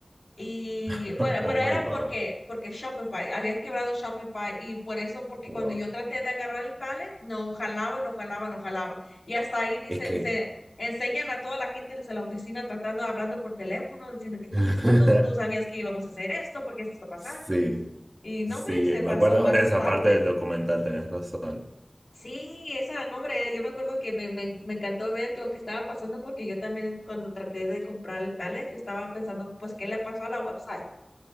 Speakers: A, on the left; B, on the right.
A: y
B: <laughs>
A: bueno,
B: Oh
A: pero
B: my
A: era
B: God,
A: porque, porque Shopify, habían quebrado Shopify y por eso, porque
B: wow.
A: cuando yo traté de agarrar el pallet, no jalaba, no jalaba, no jalaba. Y hasta ahí dicen,
B: Es que,
A: se enseñan a toda la gente desde la oficina tratando, hablando por teléfono, diciendo qué está
B: <laughs>
A: pasando, tú sabías que íbamos a hacer esto, porque esto está pasando.
B: sí,
A: Y no,
B: sí,
A: hombre, se
B: me
A: pasó
B: acuerdo
A: bastante.
B: ahora de esa parte del documental, tenés razón.
A: Sí, esa nombre, yo me acuerdo que me, me, me encantó ver lo que estaba pasando porque yo también cuando traté de comprar el pallet, yo estaba pensando, pues, ¿qué le pasó a la website?